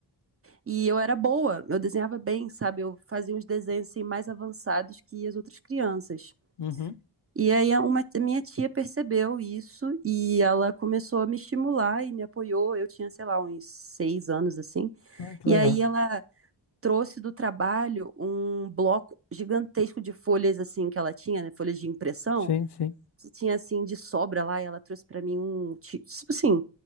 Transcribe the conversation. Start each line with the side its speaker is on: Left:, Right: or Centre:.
Right: E eu era boa, eu desenhava bem, sabe? Eu fazia uns desenhos assim, mais avançados que as outras crianças.
Left: uhum.
Right: E aí a uma, a minha tia percebeu isso e ela começou a me estimular e me apoiou. Eu tinha, sei lá, uns seis anos assim.
Left: Ah, que
Right: E
Left: legal.
Right: aí ela trouxe do trabalho um bloco gigantesco de folhas assim que ela tinha, né, folhas de impressão,
Left: Sim, sim.
Right: que tinha assim de sobra lá, e ela trouxe para mim um, tipo assim,